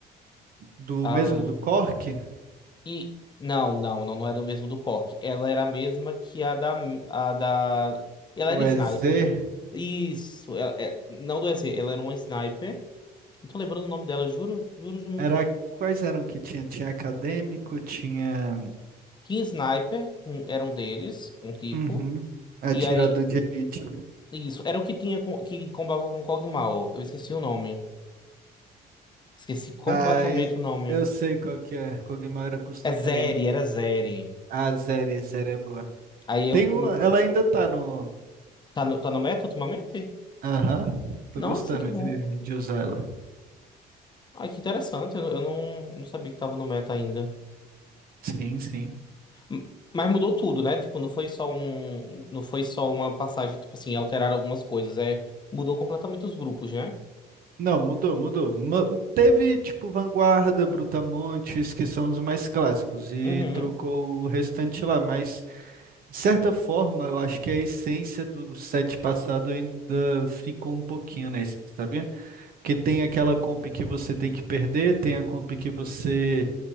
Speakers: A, on the right; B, on the left.
A: do
B: Ai.
A: mesmo do Cork,
B: E. Não, não, não, não era o mesmo do Cork. Ela era a mesma que a da. A da... Ela
A: o
B: era sniper.
A: EZ,
B: Isso, ela, é, não do EZ, ela era uma sniper. Não tô lembrando o nome dela, juro, juro. juro.
A: era quais eram que tinha? Tinha acadêmico, tinha
B: Tinha Sniper, um- era um deles, um tipo.
A: uhum, atirador
B: E aí,
A: de elite.
B: isso, era o que tinha com- que combava com Cogmal. Eu esqueci o nome. Esqueci completamente
A: Ai,
B: o nome.
A: eu sei qual que é. Kog'Maw era custo
B: É Zeri,
A: 3.
B: era Zeri.
A: Ah, Zeri, Zeri é boa.
B: Aí eu.
A: Tem
B: com-
A: uma, ela ainda tá no.
B: Tá no, tá no meta ultimamente?
A: Aham, tô
B: Nossa,
A: gostando
B: que bom.
A: de, de usar ela.
B: Ai, que interessante. Eu, eu não, não sabia que tava no meta ainda.
A: Sim, sim.
B: M- Mas mudou tudo, né? Tipo, não foi só um. Não foi só uma passagem, tipo assim, alterar algumas coisas. É, mudou completamente os grupos, né?
A: Não, mudou, mudou. Ma- teve tipo Vanguarda, Brutamontes, que são os mais clássicos, e
B: Uhum.
A: trocou o restante lá, mas de certa forma eu acho que a essência do, do set passado ainda ficou um pouquinho nesse, sabia? Porque tem aquela comp que você tem que perder, tem a comp que você